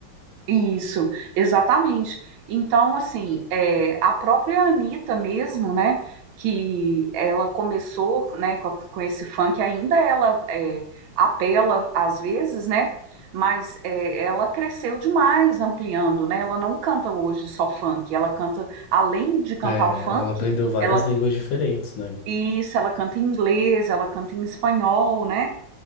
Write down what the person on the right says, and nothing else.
Isso, exatamente. Então, assim, é, a própria Anitta mesmo, né? Que ela começou, né, com, a- com esse funk, ainda ela é, apela às vezes, né? Mas é, ela cresceu demais ampliando, né? Ela não canta hoje só funk, ela canta, além de cantar
o funk,
ela
Isso, ela canta em inglês, ela canta em espanhol, né?